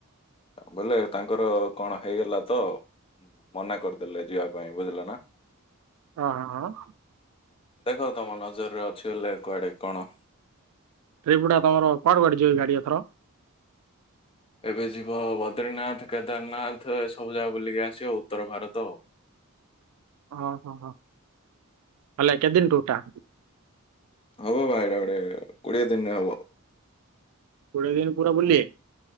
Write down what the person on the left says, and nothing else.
ବୁଲେ ତାଙ୍କର କଣ ହେଇଗଲା ତ ମନା କରିଦେଲେ ଯିବା ପାଇଁ ବୁଝିଲେ ନା।
ଦେଖ ତମ ନଜରରେ ଅଛି ବଲେ କୁଆଡେ କଣ
ଏବେ ଯିବ ବଦ୍ରିନାଥ କେଦାରନାଥ ଏସବୁ ଜାଗା ବୁଲିକି ଆସିବ ଉତ୍ତର ଭାରତ ଆଉ।
ହୋ ଭାଇ ଡ଼ା ଗୋଟେ କୋଡିଏ ଦିନ ରେ ହବ।